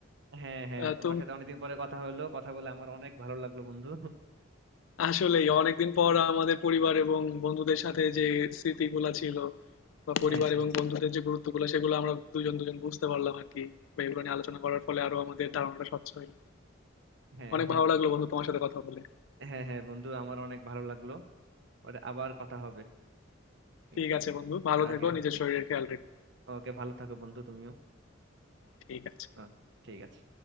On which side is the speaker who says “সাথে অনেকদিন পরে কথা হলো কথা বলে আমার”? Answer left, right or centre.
Right